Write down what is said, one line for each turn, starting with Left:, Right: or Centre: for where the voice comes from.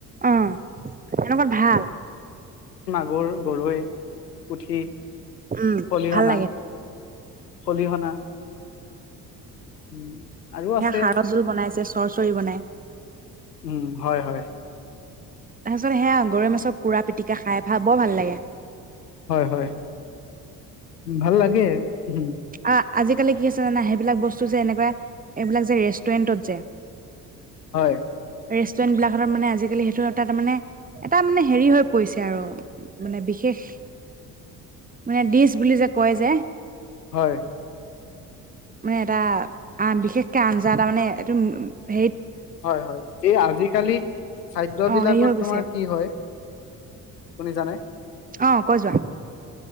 Right: অঁ, এনেকুৱাত ভাল।
Left: গুৰ, গৰৈ, পুঠি,
Right: উম
Left: খলিহনা।
Right: ভাল লাগে
Left: খলিহনা। উম। আৰু আছে
Right: সেই হাড়ৰ জোল বনাই যে চু চৰ্চৰি বনাই।
Left: উম হয় হয়।
Right: তাৰপিছত সেয়া গৰৈ মাছৰ পুৰা পিটিকা খাই ভা বৰ ভাল লাগে।
Left: হয় হয়। ভাল লাগে। হম।
Right: আহ আজিকালি কি আছে জানা। সেইবিলাক বস্তু যে এনেকুৱা এইবিলাক যে, ৰেষ্টুৰেন্টত যে,
Left: হয়।
Right: ৰেষ্টুৰেন্ট বিলাকতে মানে আজিকালি সেইটো এটা তাৰ মানে এটা মানে হেৰি হৈ পৰিছে আৰু, মানে বিশেষ, মানে ডিচ বুলি যে কয় যে।
Left: হয়।
Right: মানে এটা, আ বিশেষকে আঞ্জা এটা মানে, এইটো উম উ
Left: হয় হয়। এই আজিকালি খাদ্য
Right: অ
Left: বিলাকত
Right: হেৰি হৈ গৈছে
Left: তোমাৰ কি হয়, কোনে জানে,
Right: অ, কৈ যোৱা।